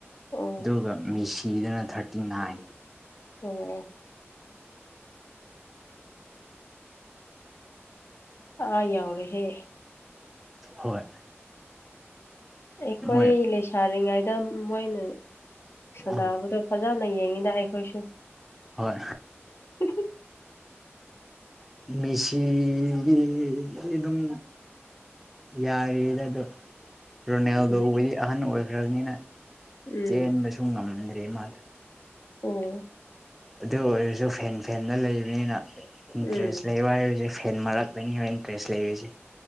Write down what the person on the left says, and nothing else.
ꯑꯣ
ꯑꯣ ꯑ ꯌꯥꯎꯔꯦꯍꯦ
ꯑꯩꯈꯣꯏ
ꯂꯩꯁꯥꯔꯤꯉꯩꯗ ꯃꯣꯏꯅ ꯁꯥꯟꯅꯕꯗꯣ
ꯐꯖꯅ ꯌꯦꯡꯉꯤꯗ ꯑꯩꯈꯣꯏꯁꯨ
ꯎ
ꯎꯝ
ꯎꯝ
ꯑꯣ
ꯎꯝ